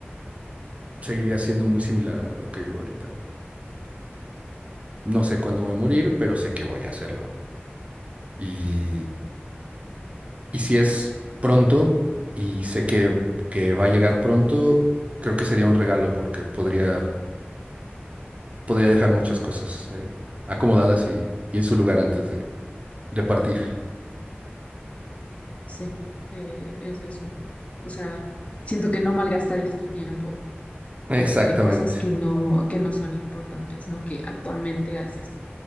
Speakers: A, on the right (about 35°); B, on the left (about 35°).
A: seguiría siendo muy similar a lo que vivo ahorita. No No sé cuándo voy a morir, pero sé que voy a hacerlo. y Y si es pronto, y sé que, que va a llegar pronto, creo que sería un regalo porque podría, podría dejar muchas cosas eh, acomodadas y, y en su lugar antes de, de partir.
B: sí, eh, eso es. un- O sea, siento que no malgastarías tu tiempo
A: Exactamente.
B: en, en cosas que no, que no son importantes, ¿no? Que actualmente haces.